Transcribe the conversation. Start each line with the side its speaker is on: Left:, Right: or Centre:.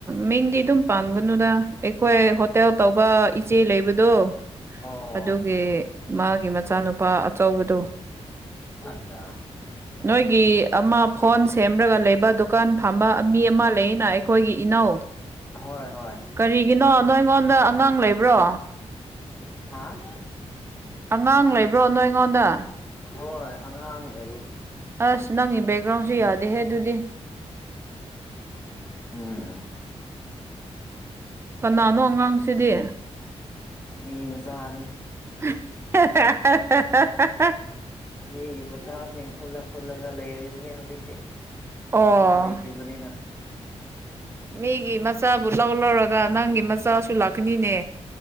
Right: ꯃꯤꯡꯗꯤ ꯑꯗꯨꯝ ꯄꯥꯟꯒꯅꯨꯗ ꯑꯩꯈꯣꯏ ꯍꯣꯠ ꯇꯦꯜ ꯇꯧꯕ ꯏꯆꯦ ꯂꯩꯕꯗꯣ
Left: ꯑꯣ
Right: ꯑꯗꯨꯒꯤ ꯃꯥꯒꯤ ꯃꯆꯥꯅꯨꯄꯥ ꯑꯆꯧꯕꯗꯣ
Left: ꯑꯆꯥ
Right: ꯅꯣꯏꯒꯤ ꯑꯃ ꯐꯣꯟ ꯁꯦꯝꯔꯒ ꯂꯩꯕꯗꯨ ꯀꯥꯟ ꯐꯥꯝꯕ ꯃꯤ ꯑꯃ ꯂꯩꯌꯦꯅ ꯑꯩꯈꯣꯏꯒꯤ ꯏꯅꯧ
Left: ꯍꯣꯏ ꯍꯣꯏ꯫
Right: ꯀꯔꯤꯒꯤꯅꯣ ꯅꯣꯏꯉꯣꯟꯗ ꯑꯉꯥꯡ ꯂꯩꯕ꯭ꯔꯣ
Left: ꯍꯥ
Right: ꯑꯉꯥꯡ ꯂꯩꯕ꯭ꯔꯣ ꯅꯣꯏꯉꯣꯟꯗ
Left: ꯍꯣꯏ ꯑꯉꯥꯡ ꯂꯩꯌꯦ
Right: ꯑꯁ ꯅꯪꯒꯤ ꯕꯦꯛꯒ꯭ꯔꯥꯎꯟꯁꯦ ꯌꯥꯗꯦꯍꯦ ꯑꯗꯨꯗꯤ
Left: ꯎꯝ
Right: ꯀꯅꯥꯅꯣ ꯑꯉꯥꯡꯁꯤꯗꯤ
Left: ꯃꯤ ꯃꯆꯥꯥꯅꯦ
Right: <unintelligible>
Left: ꯃꯤꯒꯤ ꯃꯆꯥꯁꯤꯡ ꯈꯨꯜꯂ ꯈꯨꯜꯂꯒ ꯂꯩꯔꯤꯕꯅꯤ ꯍꯧꯖꯤꯛꯇꯤ
Right: ꯑꯣ
Left: ꯏꯆꯥ ꯂꯩꯇ꯭ꯔꯤꯕꯅꯤꯅ
Right: ꯃꯤꯒꯤ ꯃꯆꯥꯕꯨ ꯂꯧ ꯂꯧꯔꯒ ꯅꯪꯒꯤ ꯃꯆꯥꯁꯨ ꯂꯥꯛꯀꯅꯤꯅꯦ